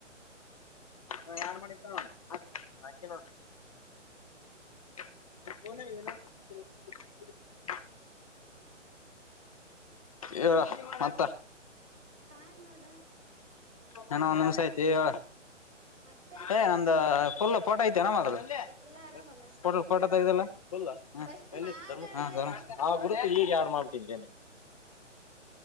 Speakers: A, on the left (about 30°); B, on the right (about 80°).
A: ಹಾ ಯಾರ್ ಮಣ ಇದ್ದಕೆ ನೋಡ್. <unintelligible>
B: <inaudible>
A: ಹೇಳ ಮತ್ತ
B: ಟೈಮ್ ನೋಡ
A: ಹೀನ ಒನ್ ನಿಮ್ಸ ಐತ ಹೇಳ.
B: ಮತ್ತೆ
A: ಏ ನಂದ. ುಲ್ಲ ಪೋಟ ಐತಏ ನ ಮಾ್ರೆ <unintelligible>
B: ಎಲ್ಲ ಆರಾಮಲ್ಲ
A: ಪಟೋ ಪಟೋ ತಗದೆಲ್ಲ <unintelligible> ಪುಲ್
B: ಫಸ್ಟ್
A: ಎಲ್ಲಿದ್ದು
B: ಮಾದಳಯಪ್ಪ
A: ಧರ್ಮಸ್ಥ ಆ ಗುರುತ
B: ನೀನ
A: ಈಗ ಯಾಡ್ ಮಾಡಬಿಟ್ಟಿನ್ಲೆ.